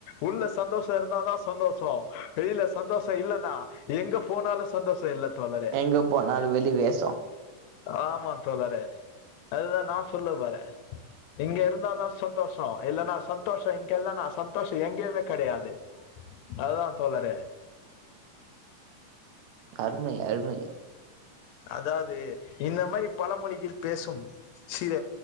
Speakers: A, on the left; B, on the right.
A: உள்ள சந்தோஷோ இருந்தாதா சந்தோஷோ வெளியில சந்தோஷோ இல்லன்னா எங்க போனாலு சந்தோஷோ இல்லது தோழரே
B: எங்க போனாலு வெளி வேஷோ
A: ஆமாந் தோழரே அதுதான் நா சொல்ல வர இங்க இருந்தானா சந்தோஷோ இல்லனா சந்தோஷோ இங்கெல்லனா சந்தோஷோ எங்கயுமே கெடையாது அதுதான் தோழரே
B: அருமை அருமை
A: அதாவது இந்த மாரி பழ மொழியில் பேசும் சில